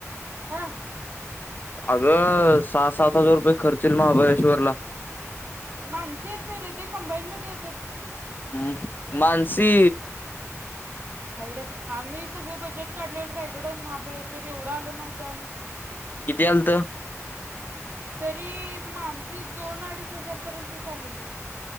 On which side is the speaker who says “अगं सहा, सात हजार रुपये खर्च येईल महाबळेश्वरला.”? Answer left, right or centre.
Left